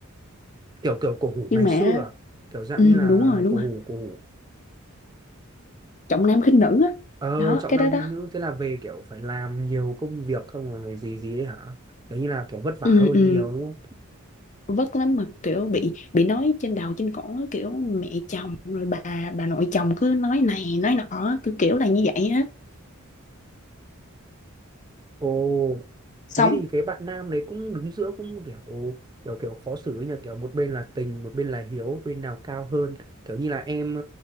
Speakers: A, on the right (about 20°); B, on the left (about 35°).
A: kiểu kiểu cổ hủ
B: nhưng
A: ngày
B: mà
A: xưa à? kiểu dạng
B: ừ,
A: như là
B: đúng rồi đúng
A: cổ
B: rồi
A: hủ cổ hủ
B: trọng nam khinh nữ á
A: ờ
B: đó
A: trọng
B: cái
A: nam
B: đó đó
A: khinh nữ thế là về kiểu phải làm nhiều công việc không rồi gì gì ấy hả kiểu như là kiểu vất vả
B: ừ,
A: hơn
B: ừ.
A: nhiều đúng không
B: vất lắm mà kiểu bị bị nói trên đầu trên cổ á, kiểu mẹ chồng rồi bà bà nội chồng cứ nói này nói nọ á, kiểu kiểu là như vậy á
A: ồ
B: xong
A: thế thì cái bạn nam đấy cũng đứng giữa cũng kiểu kiểu kiểu khó xử ấy nhỉ kiểu một bên là tình một bên là hiếu bên nào cao hơn kiểu như là em